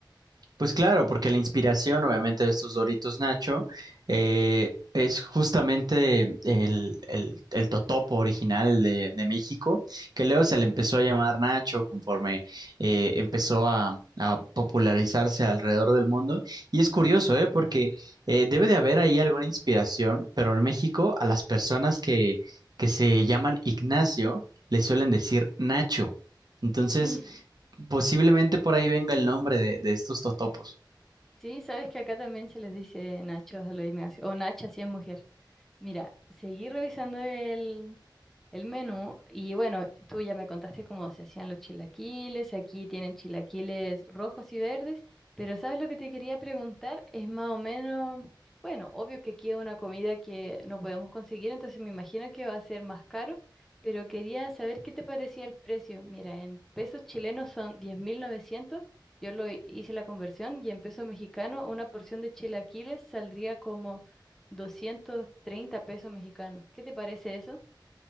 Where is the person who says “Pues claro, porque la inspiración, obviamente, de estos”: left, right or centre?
Right